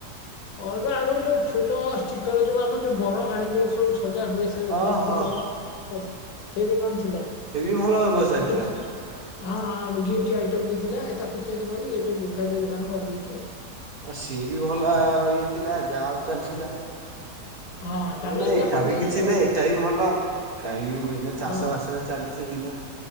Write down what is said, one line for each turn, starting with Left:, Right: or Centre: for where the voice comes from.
Left: ଅଲଗା ଆଉ ଗୋଟେ ଯୋଉ ଫୁଲ ଷ୍ଟିକର ଯୋଉ ଆମର ଯୋଉ ବର ଗାଡି ଯୋଉ ସବୁ ସଜା ହୁଏ ସେଠୁ
Right: ହଁ
Left: ଯୋଉ
Right: ହଁ
Left: ଫୁଲ ସେଇ ଦୋକାନ ଥିଲା
Right: ସେ ବି ଭଲ
Left: ଆଉ
Right: ବ୍ୟବସାୟ ଥିଲା।
Left: କିଛି ହଁ ଗିଫ୍ଟ ଆଇଟମ୍ ବି ଥିଲା ତାକୁ ଚେଞ୍ଜ କରି ଏବେ ମୁଖାଦ ଦୋକାନକୁ କରିଦେଇକି ଆଉ
Right: ସିଏ ବି ଭଲ ଇଏ ଥିଲା ଯାହା ଆଉ ଚାଲିଥିଲା।
Left: ହଁ ତାପରେ
Right: ମୁଁ କହିଲି ଏଇଟା
Left: କରିଦେଇଛି
Right: ବି କିଛି
Left: ଆଉ
Right: ନାହିଁ ଏଇଟା ବି ଭଲ। ଗାଈ ଏଇନା ଚାଷ
Left: ହଁ
Right: ବାସ ଚାଲିଛି ଏଇନା।